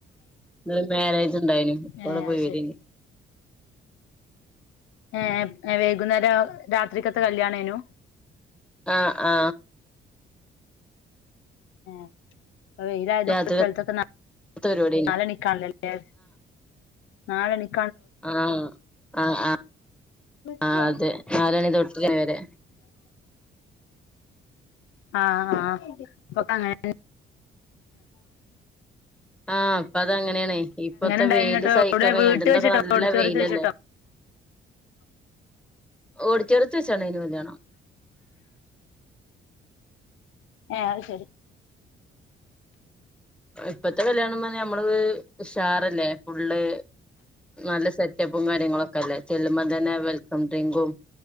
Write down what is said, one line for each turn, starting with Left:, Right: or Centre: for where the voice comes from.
Centre: ഇന്ന്മാര്യേജ് ണ്ടായിനി അവ്ടെ
Left: ഏഹ്
Centre: പോയിവരെനി
Left: അത് ശരി ഏ വൈകുന്നേരം രാത്രിക്കെത്തെ കല്യാണേനു
Centre: ആ ആ
Left: ഏ ഇപ്പൊ വെയിലായതോണ്ട്
Centre: രാത്രിത്തെ
Left: സ്ഥലത്തൊക്കെ
Centre: പരിപാടിയേനു
Left: നാലെണിക്കാണല്ലേ നാലരക്ക്
Centre: ആ ആആ
Left: വെക്ക്
Centre: ആ അതെ നാലണി തൊട്ട് നേരെ
Left: ആ ആ ഇപ്പൊക്കെ അങ്ങനെ
Centre: ആ പ്പതങ്ങനെയാണേ ഇപ്പത്തെ
Left: ഉണ്ടായിരുന്നിട്ട്
Centre: വെയില് സഹിക്കാൻ
Left: എവിടെ
Centre: കഴിയാണ്ട്
Left: വീട്ടിൽ
Centre: ന്നൊ
Left: വെച്ചിട്ടോ
Centre: ക്കെ നല്ല
Left: ഓഡിറ്റോറിയത്തിൽ
Centre: വെയിലല്ലേ
Left: വെച്ചിട്ടോ
Centre: ഓടിറ്റോറിയത്ത് വെച്ചാണോ കല്യാണം
Left: ഏ അത് ശരി
Centre: ഇപ്പഴത്തെ കല്യാണംന്ന് പറഞ്ഞ നമ്മള് ഉഷാറല്ലേ ഫുള്ള് നല്ല സെറ്റപ്പും കാര്യങ്ങളൊക്കെല്ലേ ചെല്ലുമ്പോ തന്നെ വെ വെൽക്കം ഡ്രിങ്കും